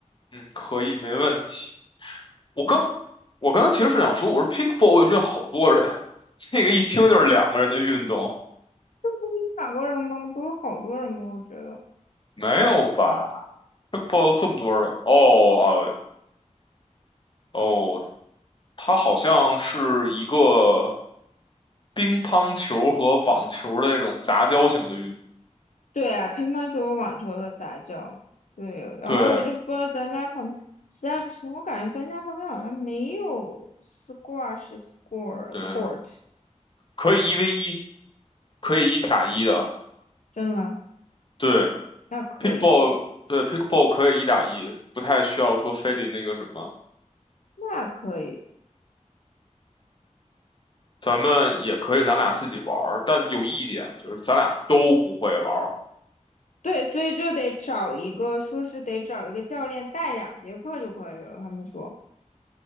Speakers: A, on the left (about 40°); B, on the left (about 75°).
A: 嗯，可以，没问题。我刚，
B: 对，
A: 我刚才其实是想说，我说 pickleball 为什么有好多人？<laughs> 这个一听就是两个人的运动，
B: 你两过人吗？不是好多人吗？我觉得。
A: 没有吧？pickleball 有这么多人？哦啊，哦，它好像是一个乒乓球和网球的那种杂交型的运动。
B: 对啊，乒乓球和网球的杂交。对，
A: <laughs>
B: 然后我就不知道咱家旁边，
A: 对
B: 实在不行，我感觉咱家旁边好像没有 squash score
A: 对，
B: court，
A: 可以一 v 一，可以一打一的。
B: 真的吗？
A: 对
B: 那可以。
A: p i c k b a l l 对 p i c k b a l l 可以一打一，不太需要说非得那个什么。
B: 那可以，
A: 咱们也可以咱俩自己玩儿，但有一点就是咱俩都不会玩儿，
B: 对，所以就得找一个，说是得找一个教练带两节课就可以了。他们说，